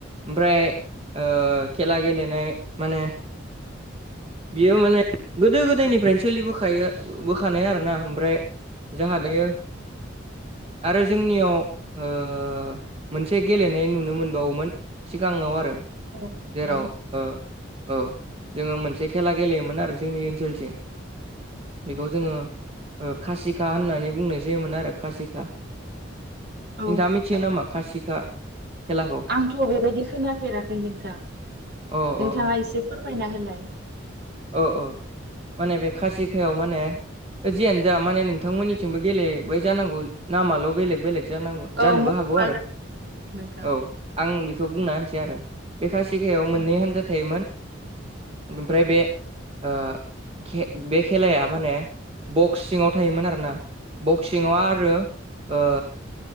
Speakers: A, on the right (about 30°); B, on the right (about 55°).
A: ओमफ्राय ओ खेला गेलेनाय माने बियो माने गोदो गोदायनिफ्रायनो सोलिबोखायो बोखानाय आरोना ओमफ्राय जोंहा दायो आरो जोंनियाव ओ मोनसे गेलेनाय नुनो मोनबावोमोन। सिगाङाव आरो
B: औ नोंथां
A: जेराव ओ औ जोङो मोनसे खेला गेलेयोमोन आरो जोंनि ओनसोलथिं बेखौ जोङो ओ खासिखा होननानै बुंनाय जायोमोन आरो खासिखा‌।
B: औ
A: नोंथाङा
B: नोंथां
A: मिथियो नामा खासिखा? खेलाखौ
B: आंथ' बेबायदि खोनाफेराखै नोंथां नोंथाङा
A: अ अ अ
B: एसे फोरमायना होलाय।
A: औ औ माने बे खासिखायाव माने जियानो जा माने नोंथांमोननिथिंबो गेलेबाय जानांगौ नामाल' बेलेग बेलेग जानांगौ।
B: औ
A: जानोबो
B: मुखुब
A: हागौ
B: आलदा
A: आरो
B: नोंथां
A: औ आं बेखौ बुंना होनसै आरो बे खासिखायाव
B: जा-
A: मोननै हान्जा थायोमोन। ओमफ्राय बे ओ खे बे खेलाया माने बक्स सिङाव थायोमोन आरोना बक्स सिङाव आरो ओ